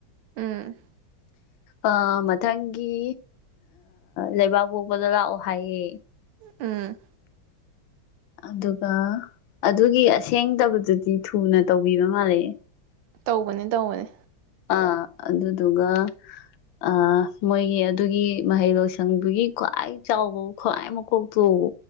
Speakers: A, on the right; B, on the left.
A: ꯎꯝ
B: ꯑ ꯃꯊꯪꯒꯤ ꯂꯩꯕꯥꯛꯄꯣꯛꯄꯗ ꯂꯥꯛꯑꯣ ꯍꯥꯏꯌꯦ
A: ꯎꯝ
B: ꯑꯗꯨꯒ ꯑꯗꯨꯒꯤ ꯑꯁꯦꯡꯗꯕꯗꯨꯗꯤ ꯊꯨꯅ ꯇꯧꯕꯤꯕ ꯃꯥꯜꯂꯦꯦ
A: ꯇꯧꯕꯅꯤ ꯇꯧꯕꯅꯤ
B: ꯑ ꯑꯗꯨꯗꯨꯒ ꯑ ꯃꯣꯏꯒꯤ ꯑꯗꯨꯒꯤ ꯃꯍꯩ ꯂꯣꯏꯁꯪꯗꯨꯒꯤ ꯈ꯭ꯋꯥꯏ ꯆꯥꯎꯕ ꯈ꯭ꯋꯥꯏ ꯃꯀꯣꯛꯇꯨꯎꯕ